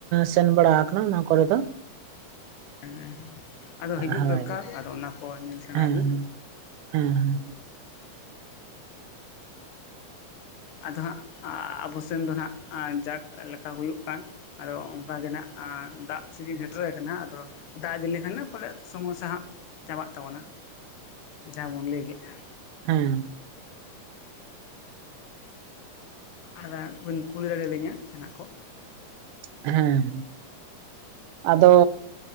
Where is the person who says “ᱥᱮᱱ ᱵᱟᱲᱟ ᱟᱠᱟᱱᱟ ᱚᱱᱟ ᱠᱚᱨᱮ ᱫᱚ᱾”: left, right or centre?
Right